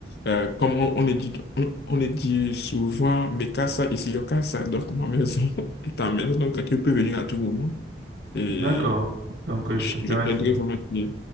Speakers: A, on the left; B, on the right.
A: euh, comme on, on le dit, on, on le dit souvent, mes casa ici, yo casa, donc ma maison <laughs> est ta maison, donc tu peux venir à tout moment et
B: D'accord, donc euh,
A: je
B: je te ferai
A: je t'aiderai
B: signe.
A: volontiers.